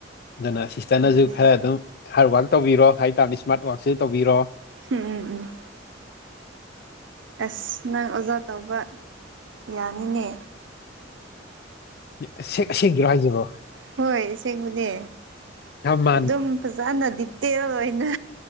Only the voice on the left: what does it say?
ꯑꯗꯨꯅ ꯁꯤꯁꯇꯔꯅꯁꯨ
ꯈꯔ ꯑꯗꯨꯝ ꯍꯥꯔꯠ ꯋꯥꯔꯛ ꯇꯧꯕꯤꯔꯣ ꯍꯥꯏꯇꯥꯥꯝꯅꯤ ꯏꯁꯃꯥꯔꯠ ꯋꯥꯔꯛꯁꯨ ꯇꯧꯕꯤꯔꯣ
ꯑꯁꯦ ꯑꯁꯦꯡꯒꯤꯔꯣ ꯍꯥꯏꯁꯤꯕꯣ
ꯌꯝꯃ